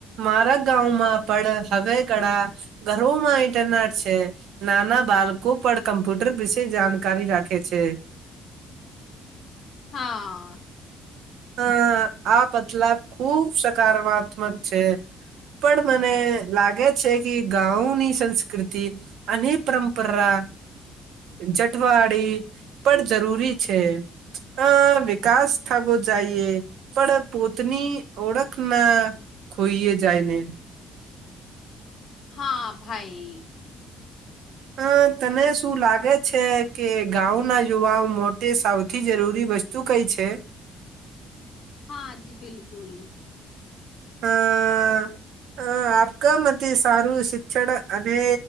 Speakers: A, on the right (about 75°); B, on the left (about 45°).
A: મારા ગામમાં પડ હવે ધણા ઘરોમાં ઇન્ટરનેટ છે. નાના બાલકો પણ કમ્પ્યુટર વિશે જાણકારી રાખે છે.
B: હા
A: હ આ બદલા ખુબ સકારાત્મક છે. પણ મને લાગે છે કે ગાઉની સંસ્કૃતિ અને પરંપરા જટવાડી પણ જરૂરી છે. આ વિકાસ થગો જાઈએ પણ પોતની ઓળખ ના ખોઈએ જાયને.
B: હા ભાઈ
A: અ તને શું લાગે છે, કે ગાવના યુવાઓ મોટે સૌથી જરૂરી વસ્ તું કઈ છે?
B: હાજી બિલકુલ.
A: અ અ આપકા મતે સારું શિક્ષણ અને